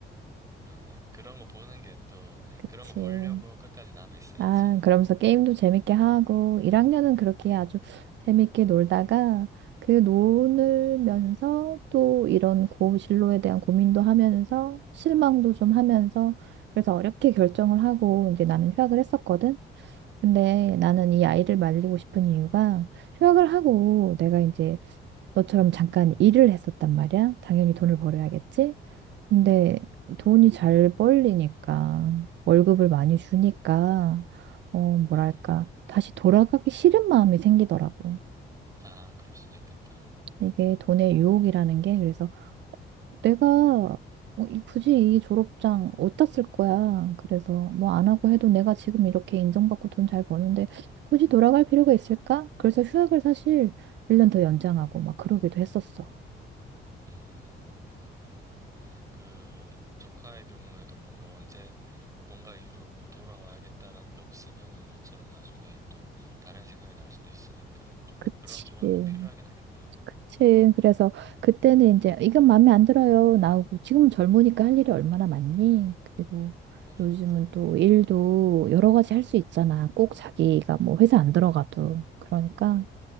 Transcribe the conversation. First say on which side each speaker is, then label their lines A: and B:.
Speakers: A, on the right (about 15°); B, on the right (about 65°).
A: 맞아요. 그런 거 보는 게 또,
B: 그치.
A: 그런 거 보려고 끝까지 남아 있어야지.
B: 아, 그러면서 게임도 재밌게 하고 1학년은 그렇게 아주 재밌게 놀다가 그 놀면서 또 이런 고진로에 대한 고민도 하면서 실망도 좀 하면서 그래서 어렵게 결정을 하고 이제 나는 휴학을 했었거든. 근데 나는 이 아이를 말리고 싶은 이유가 휴학을 하고 내가 이제 너처럼 잠깐 일을 했었단 말이야. 당연히 돈을 벌어야겠지. 근데 돈이 잘 벌리니까 월급을 많이 주니까 어 뭐랄까
A: 음,
B: 다시 돌아가기 싫은 마음이 생기더라고.
A: 아, 그럴 수도 있겠다.
B: 이게 돈의 유혹이라는 게 그래서 내가 어, 이- 굳이 이 졸업장 어디다 쓸 거야. 그래서 뭐 안 하고 해도 내가 지금 이렇게 인정받고 돈 잘 버는데 굳이 돌아갈 필요가 있을까? 그래서 휴학을 사실 1년 더 연장하고 막 그러기도 했었어.
A: 음, 아, 그러면은, 그, 조카의 경우에도 뭔가 언제, 뭔가 이루고 돌아와야겠다라는 게 없으면은 너처럼 나중에 또 다른 생각이 날 수도 있으니까 좀
B: 그치.
A: 그- 그런 조언은 필요하긴 하겠다.
B: 그치. 그래서 그때는 이제 이건 마음에 안 들어요. 나오고 지금은 젊으니까 할 일이 얼마나 많니? 그리고
A: 맞아,
B: 요즘은
A: 맞아.
B: 또 일도 여러 가지 할 수 있잖아. 꼭 자기가 뭐 회사 안 들어가도. 그러니까